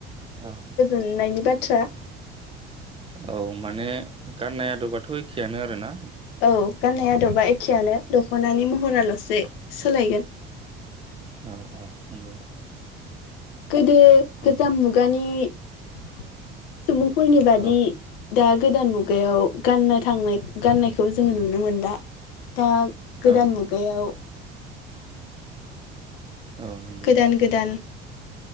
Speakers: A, on the right; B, on the left.
A: औ
B: मोननायनि बाथ्रा
A: औ माने गाननाय आदोबाथ' एखेआनो आरो ना
B: औ गाननाय आदबा एखेयानो दख'नानि महराल'सो सोलायगोन
A: औ औ नंगौ
B: गोदो गोजाम
A: नंगौ
B: मुगानि <inaudible> सुबुंफोरनि बादि
A: औ
B: दा गोदान मुगायाव गाननो थांनाय गाननायखौ जोङो नुनो मोनला। दा गोदान
A: औ
B: मुगायाव
A: औ नंगौ
B: गोदान गोदान